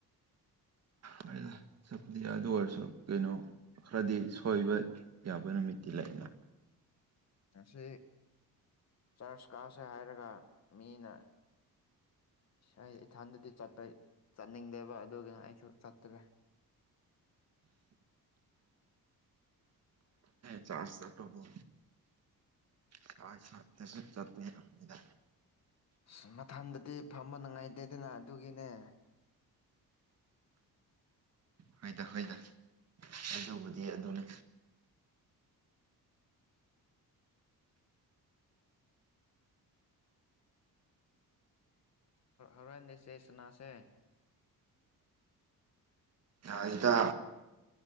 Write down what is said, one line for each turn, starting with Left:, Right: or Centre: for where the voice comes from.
Left: <unintelligible>
Right: ꯗ ꯆꯄꯗꯤ ꯑꯗꯨ ꯑꯣꯏꯔꯁꯨ ꯀꯩꯅꯣ ꯈꯔꯗꯤ ꯁꯣꯏꯕ ꯌꯥꯕ ꯅꯨꯃꯤꯠꯇꯤ ꯂꯩꯅ
Left: ꯉ ꯑꯁ ꯆꯥꯔꯆ ꯀꯛꯥꯁꯦ ꯍꯥꯏꯔꯒ ꯃꯤꯅ ꯑꯩ ꯏꯊꯟꯗꯗꯤ ꯆꯠꯄ ꯆꯠꯅꯤꯡꯗꯦꯕ ꯑꯗꯨꯅ ꯑꯩꯁꯨ ꯆꯠꯇ꯭ꯔꯦ <unintelligible>
Right: ꯆꯥ ꯆ ꯇꯕ ꯆꯏ ꯁꯥꯠꯇꯁꯨꯠ ꯆꯠꯄꯅꯤꯗ
Left: ꯑꯁ ꯃꯊꯟꯗꯗꯤ ꯐꯝꯕ ꯅꯨꯡꯉꯥꯏꯇꯦꯗꯅ ꯑꯗꯨꯒꯤꯅꯦ
Right: ꯍꯣꯏꯗ ꯍꯣꯏꯗ ꯑꯗꯨꯕꯨꯗꯤ ꯑꯗꯨꯅꯤ
Left: ꯍꯣꯔꯦꯟ ꯂꯤ ꯆꯦꯁꯅꯥꯁꯦ
Right: ꯌꯥꯏꯗ